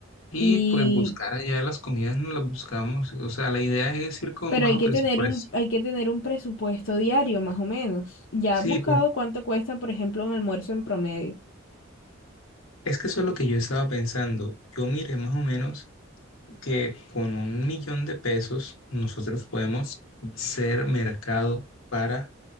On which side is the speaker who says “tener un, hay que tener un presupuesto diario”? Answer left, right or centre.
Left